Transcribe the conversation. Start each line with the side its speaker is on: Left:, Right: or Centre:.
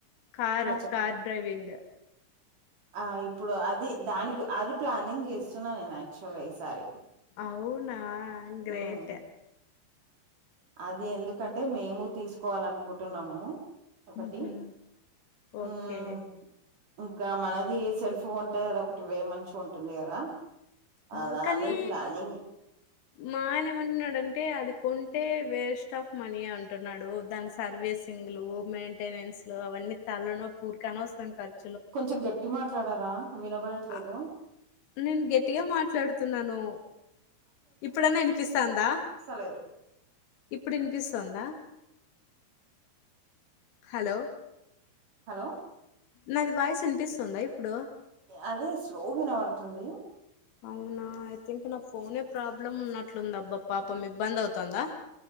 Left: కార్
Right: ఆ చెప్పండి
Left: కార్ డ్రైవింగ్
Right: ఆ ఇప్పుడు అది దానికి అది ప్లానింగ్ చేస్తున్నా నేను యాక్చువల్ ఈసారి
Left: అవునా గ్రేట్
Right: ఉమ్ అది ఎందుకంటే మేము తీసుకోవాలనుకుంటున్నాము ఒకటి
Left: ఉహు ఓకే
Right: ఉమ్ ఇంకా మనది సెల్ఫ్ ఉంటే అదొ ఒకటి వే మంచిగా ఉంటుంది కదా
Left: అవును
Right: అలా
Left: కానీ
Right: అని ప్లానింగ్
Left: మా ఆయన ఏమంటున్నాడంటే అది కొంటే వేస్ట్ ఆఫ్ మనీ అంటున్నాడు దాని సర్వీసింగ్లు మెయింటెనెన్స్లు అవన్నీ తలనొప్పి ఉరికే అనవసరంగా కర్చ్
Right: కొంచం గట్టి మాట్లాడారా వినబడట్లేదు
Left: ఆ, నేను గట్టిగా మాట్లాడుతున్నాను ఇప్పుడన్నా ఇనిపిస్తాందా
Right: లేదు
Left: ఇప్పుడునిపిస్తుందా హలో
Right: హలో
Left: నాది వాయిస్ వినిపిస్తుందా ఇప్పుడు
Right: అదే స్లోగ ఇనబడుతుంది
Left: అవునా ఐ థింక్ నా ఫోనే ప్రాబ్లమ్ ఉన్నట్లుందబ్బా పాపం ఇబ్బంది అవుతుందా